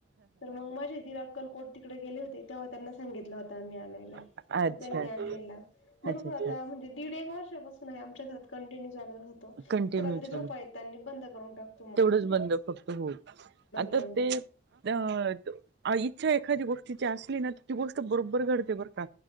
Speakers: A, on the left; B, on the right.
A: तर मग माझे दि अकलकोट तिकडे गेले होते तेव्हा त्यांना सांगितला होता आम्ही आणायला
B: अच्छा
A: तर त्यांनी
B: अच्छा
A: आणलेला भरोपूर
B: अच्छा
A: आता म्हणजे दीड एक वर्षापासून. आमच्या घरात कंटिन्यू चालू राहतो
B: कंटिन्यू
A: रात्री झोपा
B: चालू
A: येत बंद करून टाकत.
B: तेवढंच बंद करतो हो आता
A: बंद
B: ते. अ इच्छा एखादी्या गोष्टीची असली ना ती गोष्ट बरोबर घडते बरं का